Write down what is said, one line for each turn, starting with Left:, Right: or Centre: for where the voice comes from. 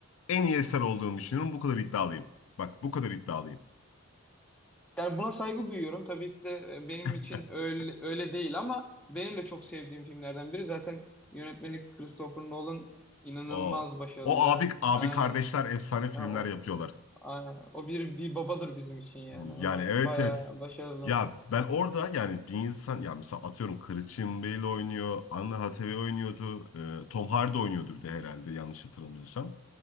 Left: en iyi eser olduğunu düşünüyorum. Bu kadar iddialıyım. Bak bu kadar iddialıyım.
Centre: Yani buna saygı duyuyorum. Tabii ki de e, benim
Left: <laughs>
Centre: için öyle, öyle değil ama benim de çok sevdiğim filmlerden biri. Zaten yönetmeni Christopher Nolan inanılmaz
Left: O
Centre: başarılı.
Left: o abi abi
Centre: Aynen.
Left: kardeşler efsane filmler
Centre: Ya o
Left: yapıyorlar.
Centre: aynen. O bir bir babadır bizim için yani.
Left: Yani
Centre: O
Left: evet
Centre: bayağı
Left: evet.
Centre: başarılı.
Left: Ya ben orada yani bir insan ya mesela atıyorum Christian Bale oynuyor, Anna Hathaway oynuyordu, e, Tom Hardy oynuyordu bir de herhalde yanlış hatırlamıyorsam.